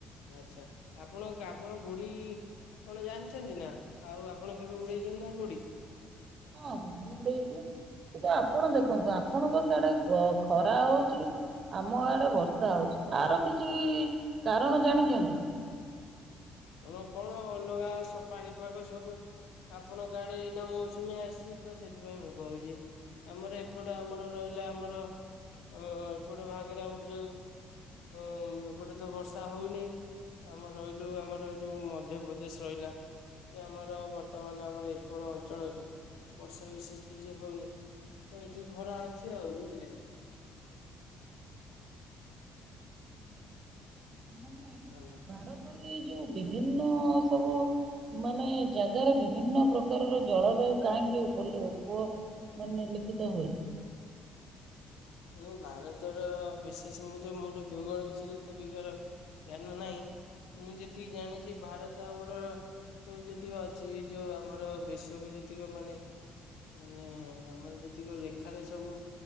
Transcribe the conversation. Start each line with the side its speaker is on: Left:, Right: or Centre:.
Left: ଆଚ୍ଛା। ଆପଣଙ୍କ ଆପଣ ଗୁଡ଼ି କଣ ଜାଣିଚନ୍ତି ନା? ଆଉ ଆପଣ କେବେ ଉଡ଼େଇଚନ୍ତି ନା ଗୁଡ଼ି?
Right: ହଁ ଗୁଡ଼ି ଉଡ଼େଇଚୁ। କିନ୍ତୁ ଆପଣ ଦେଖନ୍ତୁ ଆପଣଙ୍କ ସାଡେ ଖରା ହଉଚି। ଆମ ଆଡ଼େ ବର୍ଷା ହଉଚି ଆର କିଛି କାରଣ ଜାଣିଚନ୍ତି?
Left: ତମର କଣ ଅଲଗା ସ ପାଣିପାଗ ସବୁ ଆପଣଙ୍କ ଆଡ଼େ ଏଇନା ମୌସୁମୀ ଆସିଚି ତ ସେଥିପାଇଁ ମେଘ ହଉଚି। ଆମର ଏପଟ ଆମର ରହିଲା ଆମର ଏପଟ ଭାଗରେ ଆମର ଯୋଉ ତ ଏପଟେତ ବର୍ଷା ହଉନି ଆମର ଏ ଯୋଉ ଆମର ଯୋଉ ମଧ୍ୟପ୍ରଦେଶ ରହିଲା। କି ଆମର ବର୍ତ୍ତମାନ ଆମର ଏପଟେ ଅଞ୍ଚଳରେ ବର୍ଷା ବିଶେଷ କିଛି ହଉନି। ତ ଏଠି ଖରା ଅଛି ଆଉ ବୁଝିଲେକି।
Right: <unintelligible>
Left: ହାଲୋ।
Right: ଭାରତରେ ଏଇ ଯୋଉ ବିଭିନ୍ନ ସବୁ ମାନେ ଜାଗାରେ ବିଭିନ୍ନ ପ୍ରକାରର ଜଳବାୟୁ କାହିଁକି ଉପଲିଅ ଉପ ମାନେ ଲିଖିତ ହୁଏ?
Left: ମୁଁ ଭାରତର ବିଶେଷ ମୁଁ ତ ମୁଠୁ ଭୂଗୋଳ ବିଷୟରେ ଏତେ ବିକାର ଜ୍ଞାନ ନାହିଁ। ମୁଁ ଯେତିକି ଜାଣିଚି ଭାରତ ଆମର ଏସବୁ ଯେତିକି ଅଛି ଏ ଯୋଉ ଆମର ବେଶକୁୁ ଯେତିକ ମାନେ ମାନେ ଆମର ଯେତିକ ଲେଖାରେ ସବୁ